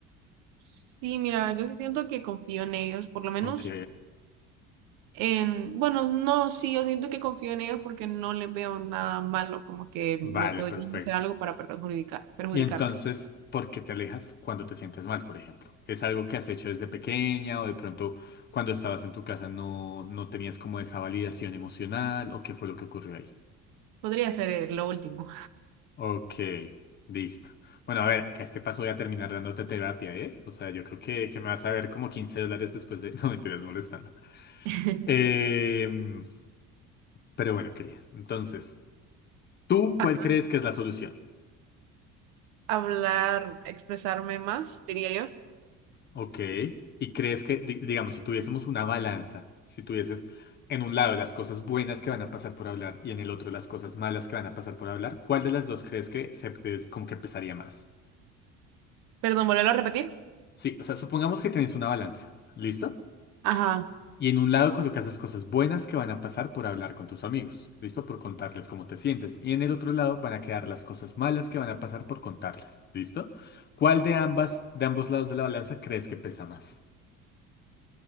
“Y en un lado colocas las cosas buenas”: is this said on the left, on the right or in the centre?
Left